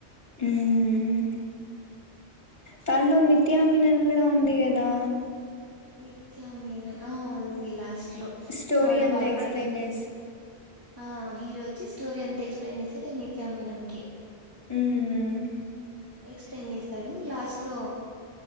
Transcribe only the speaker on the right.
నిత్యమినన్ ఆ ఉంది లాస్ట్ లో
వాడు
బాధపడుతుంట
ఆ హీరో వచ్చి స్టోరీ అంత ఎక్స్ప్లెయిన్ చేసేది నిత్యామీనన్కి
ఎక్స్ప్లెయిన్ చేస్తాడు లాస్ట్ లో